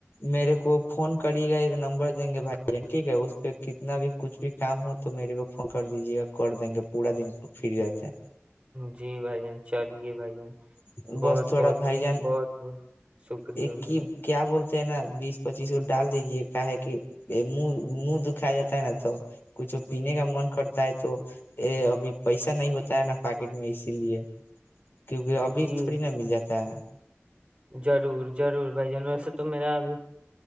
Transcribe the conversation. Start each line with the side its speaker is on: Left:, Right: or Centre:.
Left: میرے کو فون کریے گا ایک نمبر دیں گے بھائی جن ٹھیک ہے اس پہ کتنا بھی کچھ بھی کام ہو تو میرے کو فون کر دیجے گا کر دیں گے پورا دن فری رہتے ہیں
Right: جی بھائی جان چلیے بھائی جان
Left: ہیں بس
Right: بہت
Left: تھوڑا
Right: بہت
Left: بھائی جان
Right: بہت بہت شکریہ
Left: ایک
Right: بھ
Left: کی
Right: نے
Left: کیا بولتے نا بیس پچیس وہ ڈال دیجیے کا ہے کہ من منہ دکھایا جاتا ہے نا تو کچھ پینے کا من کرتا ہے تو ا ابھی پیسہ نہیں ہوتا ہے نا پاکٹ میں اسی لیے کیونکہ
Right: جان
Left: اب ب
Right: جی
Left: تھوڑی نا مل جاتا ہے
Right: ضرور ضرور بھائی جان ویسے تو میرا ابھی